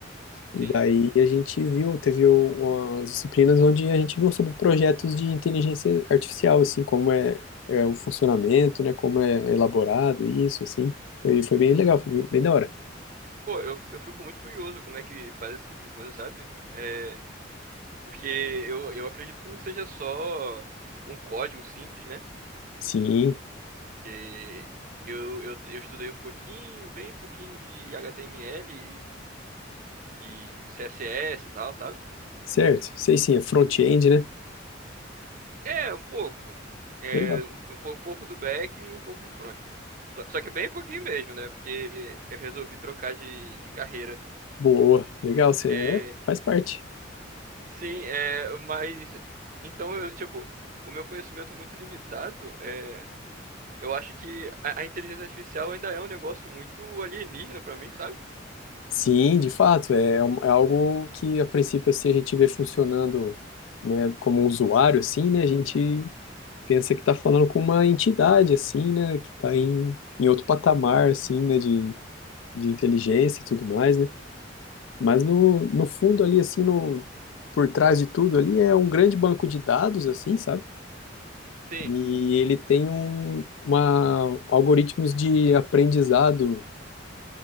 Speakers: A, on the left; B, on the right.
A: E
B: Sim,
A: daí
B: sim.
A: a gente viu, teve o- umas disciplinas onde a gente viu sobre projetos de inteligência artificial, assim, como é, é o funcionamento, né? Como é elaborado isso, assim. Foi, foi bem legal, foi bem, bem da hora.
B: Pô, eu, eu fico muito curioso como é que faz esse tipo de coisa, sabe? É, Porque eu, eu acredito que não seja só um código simples, né?
A: Sim,
B: Que eu, eu, eu estudei um pouquinho, bem pouquinho de HTML e CSS e tal, sabe?
A: certo. Sei sim, é front-end,
B: E,
A: né?
B: é, um pouco. É,
A: Legal.
B: um, um po- um pouco do back e um pouco de front. Só, só que bem pouquinho mesmo, né? Porque eu resolvi trocar de, de carreira.
A: Boa, legal. Você
B: É,
A: é- faz parte.
B: sim, é, mas. Então, eu, tipo, o meu conhecimento muito limitado é. Eu acho que a, a inteligência artificial ainda é um negócio muito alienígena pra mim, sabe?
A: Sim, de fato, é, é um- é algo que a princípio assim a gente vê funcionando, né, como um usuário assim, né, a gente pensa que está falando com uma entidade assim, né, que está em, em outro patamar assim, né, de, de inteligência e tudo mais, né, mas no, no fundo ali assim, no, por trás de tudo ali é um grande banco de dados assim, sabe?
B: Sim,
A: E ele tem um, uma, algoritmos de aprendizado